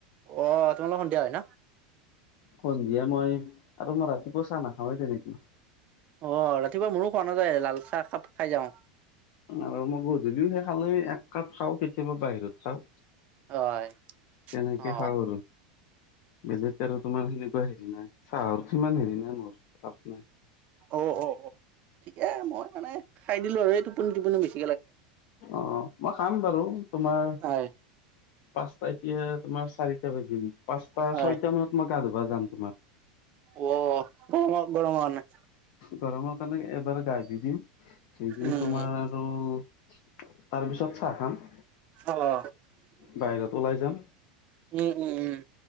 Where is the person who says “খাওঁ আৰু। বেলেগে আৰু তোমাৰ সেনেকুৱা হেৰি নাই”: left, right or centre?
Left